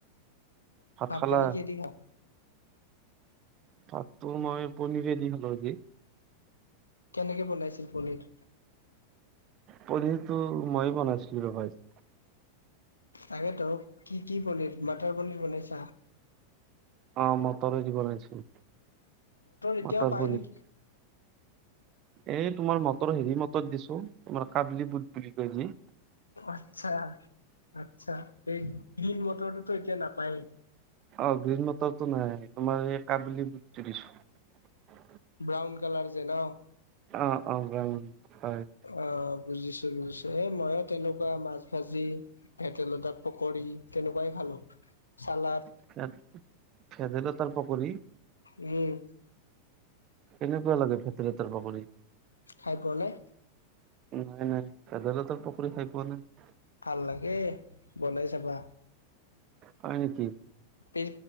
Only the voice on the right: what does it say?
ভাত খালা?
ভাতটো মই পনিৰে দি খালো আজি।
পনিৰটো মই বনাইছিলো ৰবা আজি।
অঁ মটৰে দি বনাইছোঁ।
মটৰ
পনিৰ।
এই তোমাৰ মটৰ হেৰি মটৰ দিছোঁ। তোমাৰ কাবলি বুট বুলি কয় যে?
অঁ গ্ৰীণ মটৰটো নাই তোমাৰ এই কাবেলি বুটতো দিছোঁ।
অঁ-অঁ! ব্ৰাউন হয়।
<unintelligible> ভেদাইলতাৰ পকৰি?
কেনেকুৱা লাগে ভেদাইলতাৰ পকৰি?
নাই-নাই, ভেদাইলতাৰ পকৰি খাই পোৱা নাই।
হয় নেকি?